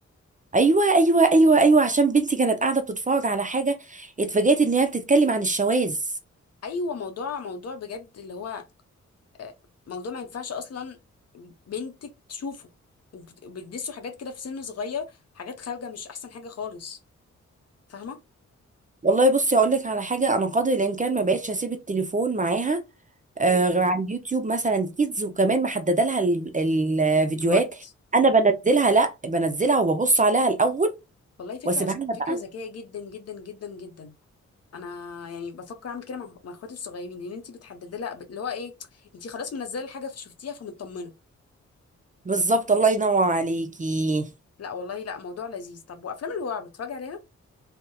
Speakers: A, on the right; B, on the left.
A: ايوه ايوه ايوه ايوه عشان بنتي كانت قاعده بتتفرج على حاجه اتفاجئت ان هي بتتكلم عن الشواذ
B: ايوه موضوع موضوع بجد اللي هو آه، موضوع ما ينفعش اصلا بنتك تشوفه وبت- وبتدسوا حاجات كده في سن صغير حاجات خارجه مش احسن حاجه خالص فاهمه
A: والله بصي هقول لك على حاجه انا قدر الامكان ما بقتش اسيب التليفون معاها آه،
B: امم
A: غير على اليوتيوب مثلا كيدز وكمان محدده لها ال- ال- الفيديوهات
B: الوقت
A: انا بنزلها لا بنزلها وببص عليها الاول
B: والله فكره
A: واسيبها لها بقى
B: فكره ذكيه جدا جدا جدا جدا انا يعني بفكر اعمل كده مع مع اخواتي الصغيرين لان انت بتحددي لها ب- اللي هو ايه انت خلاص منزله الحاجه فشفتيها فمطمنه
A: بالظبط الله ينور عليكي
B: لا والله لا موضوع لذيذ طب وافلام الرعب بتتفرجي عليها